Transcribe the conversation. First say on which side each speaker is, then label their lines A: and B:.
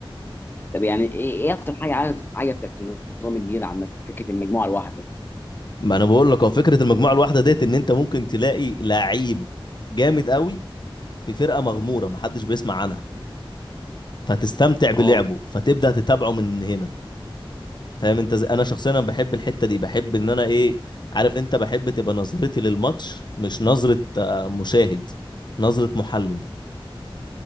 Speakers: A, on the left; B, on the left.
A: طب يعني ايه ايه اكتر حاجه عجبت- عجبتك في النظام الجديد عامه فكره المجموعه الواحده
B: ما انا بقول لك هو فكره المجموعه الواحده ديت ان انت ممكن تلاقي لعيب جامد قوي في فرقه مغموره محدش بيسمع عنها فتستمتع بلعبه
A: اه
B: فتبدأ تتابعه من هنا فاهم انت زي... انا شخصيا أنا بحب الحتة دي بحب ان انا ايه عارف انت بحب تبقى نظرتي للماتش مش نظرة آه، مشاهد نظرة محلل